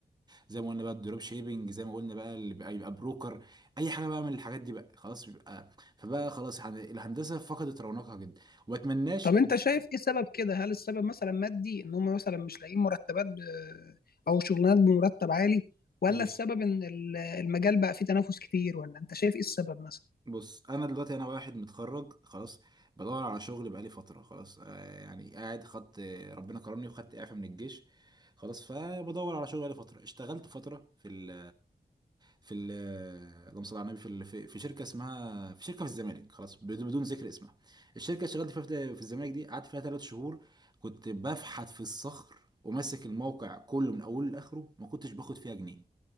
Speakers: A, on the right; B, on the left.
A: زي ما قلنا بقى الدروب شيبنج زي ما قلنا بقى اللي بقى يبقى بروكر اي حاجه بقى من الحاجات دي بقى خلاص بيبقى فبقى خلاص هن- الهندسه فقدت رونقها جدا وما اتمناش
B: طب انت شايف ايه السبب كده هل السبب مثلا مادي ان هم مثلا مش لاقيين مرتبات ب... او شغلانات بمرتب عالي ولا
A: بص
B: السبب ان ال- المجال بقى فيه تنافس كتير ولا انت شايف ايه السبب مثلا
A: بص انا دلوقتي انا واحد متخرج خلاص بدور على شغل بقالي فتره خلاص آه يعني قاعد خدت ربنا كرمني وخدت اعفاء من الجيش خلاص فبدور على شغل بقالي فتره اشتغلت فتره في ال في ال اللهم صل على النبي في ال- في في شركه اسمها في شركه في الزمالك خلاص بدون بدون ذكر اسمها الشركه اللي اشتغلت فيها في في الزمالك دي قعدت فيها ثلاث شهور كنت بفحت في الصخر وماسك الموقع كله من اوله لاخره ما كنتش باخد فيها جنيه